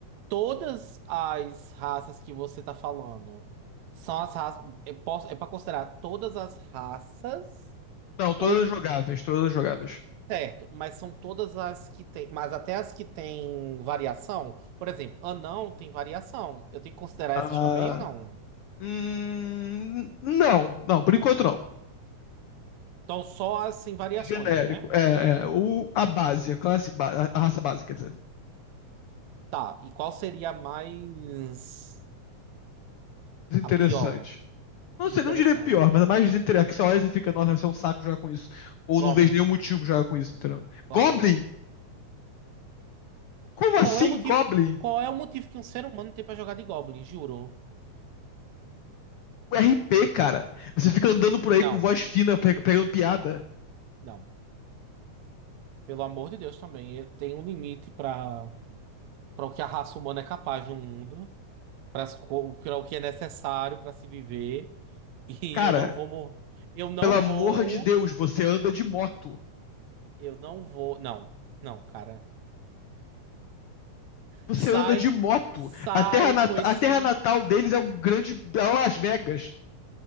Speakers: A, on the right; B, on the left.
A: todas as raças que você tá falando são as raças. Eu posso... É para considerar todas as raças,
B: Não, todas
A: ou
B: jogáveis, todas jogáveis.
A: certo, mas são todas as que tem. Mas até as que têm variação. Por exemplo, anão tem variação. Eu tenho que considerar
B: Ah,
A: essas também ou não?
B: hum, não, não, por enquanto não.
A: Então, só as sem variações,
B: Genérico,
A: né?
B: é, é, o, a base, a classe, ba- a, a raça base, quer dizer.
A: Tá, e qual seria a mais.
B: Desinteressante.
A: A pior.
B: Não
A: Isso
B: sei,
A: é interessante.
B: não diria pior, mas é mais desinteressante. Que você olha e você fica, nossa, vai ser um saco jogar com isso. Ou
A: Goblin.
B: não vejo nenhum motivo pra jogar com isso, entendeu?
A: Goblin.
B: Goblin! Como
A: Qual
B: assim,
A: é o motivo
B: Goblin?
A: que, qual é o motivo que um ser humano tem pra jogar de Goblin? Juro.
B: O RP, cara. Você fica andando por
A: Não.
B: aí com voz fina, pe- pegando piada.
A: Não. Pelo amor de Deus também. eh, Tem um limite pra para o que a raça humana é capaz no mundo, para para o que é necessário pra se viver. <laughs> E
B: Cara,
A: eu não vou morrer. Eu não
B: pelo amor
A: vou.
B: de Deus, você anda de moto.
A: Eu não vou. Não. Não, cara.
B: Você
A: Sai,
B: anda de moto.
A: sai
B: A terra, nat-
A: com esse.
B: a terra natal deles é o grande é Las Vegas.